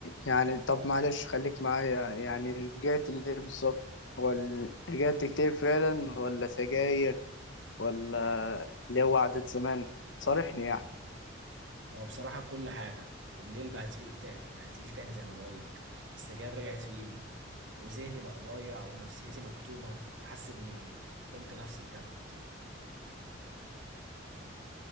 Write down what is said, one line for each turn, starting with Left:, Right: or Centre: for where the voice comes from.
Left: يعني طب معلش خليك معايا يعني رجعت ليه بالظبط هو ال- رجعت تكتب فعلا ولا سجاير ولا اللي هو عادة زمان صارحني يعني
Right: هو بصراحة كل حاجة الليل بقى تقيل تا... بقى تقيل تاني زي ما بقولك السجاير رجعت في إيدي وذهني بقى ضايع ونفسيتي مكتومة وحاسس إني كنت نفسي بجد